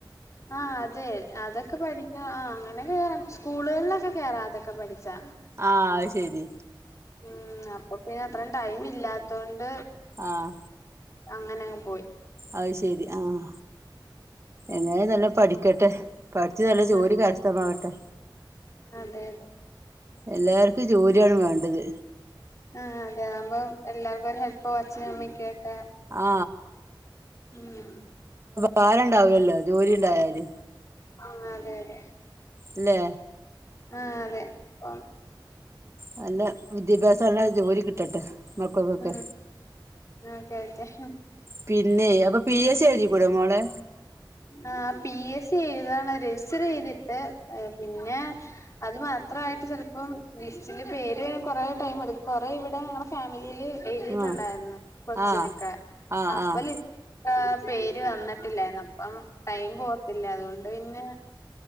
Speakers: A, on the left; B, on the right.
A: ആഹ അതെ അതൊക്കെ പഠിച്ചാ ആ അങ്ങനെ കേറാം സ്കൂളുകളിലൊക്കെ കേറാ അതൊക്കെ പഠിച്ചാ
B: ആഹ ശരി
A: ഉം അപ്പൊ പിന്നെ അത്രയും ടൈം ഇല്ലാത്ത കൊണ്ട്
B: ആഹ
A: അങ്ങനെ അങ്ങ് പോയി
B: ആയി ശരി ആഹ എങ്ങാനും നല്ല പഠിക്കട്ടെ പഠിച്ച് നല്ല ജോലി
A: ആഹ്
B: കാര്സ്ഥമാക്ക് ത്ത
A: അതെ അതെ
B: എല്ലാർക്കും ജോലിയാണ് വേണ്ടത്
A: ആഹ അതെ ആകുമ്പോ എല്ലാർക്കും ഒരു ഹെല്പ് അച്ഛാനു അമ്മക്കൊക്കെ
B: ആ
A: ഉം
B: കാലണ്ടാവല്ലോ ജോലി ഉണ്ടായാല്
A: ആഹ അതെതെ
B: ഇല്ലേ
A: ആഹ അതെ ഇപ്പം
B: നല്ല വിദ്യാഭ്യാസള്ള ജോലി കിട്ടട്ടെ നോക്കകെക്കെ
A: ഉം ഓക്കെ ഓക്കെ
B: പിന്നെ അപ്പൊ പി എസ് സി എഴുതിക്കൂട മോളെ
A: ആ പി എസ് സി എഴുതാണ് രജിസ്റ്റർ ചെയ്തിട്ട് പിന്നെ അത് മാത്രമായിട്ട് ചിലപ്പം ലിസ്റ്റില് പേരു കൊറെ ടൈം എടുക്കും കൊറെ ഇവിടെ ഞങ്ങള ഫാമിലിയില് എഴുതിയിട്ടുണ്ടായിരുന്നു
B: ആഹ്
A: കൊച്ചിനൊക്കെ
B: ആഹ് ആഹ്
A: അപ്പലിസ്റ്റ്
B: ആഹ്
A: പേര് വന്നിട്ടില്ലായിന്ന് അപ്പം ടൈം പോവത്തില്ലേ അതുകൊണ്ട് പിന്നെ